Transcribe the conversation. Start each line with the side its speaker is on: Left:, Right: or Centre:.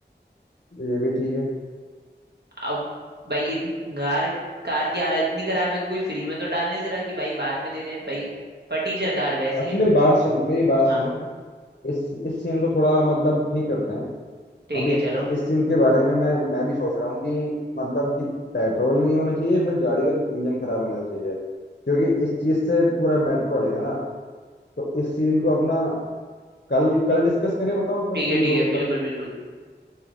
Left: ये भी ठीक है
Right: अब भाई इतनी कार कार की हालत इतनी खराब है कि कोई फ्री में तो डालने जरा कि भाई बाद में दे दें भाई फटीचर कार वैसी
Left: अच्छा
Right: है
Left: मेरी बात सुनो मेरी बात
Right: हाँ
Left: सुनो इस इस सीन को थोड़ा मतलब ठीक करते हैं
Right: ठीक
Left: अभी
Right: है चलो
Left: इस सीन के बारे में मैं मैं भी सोच रहा हूँ कि मतलब कि पेट्रोल नहीं होना चाहिए फिर गाड़ी का इंजन खराब होना चाहिए क्योंकि इस चीज से पूरा मैटर पड़ेगा ना तो इस सीन को अपना कल कल डिस्कस करें बताओ अगर
Right: ठीक
Left: फ्री
Right: है
Left: हो
Right: ठीक है
Left: तो कल
Right: बिल्कुल बिल्कुल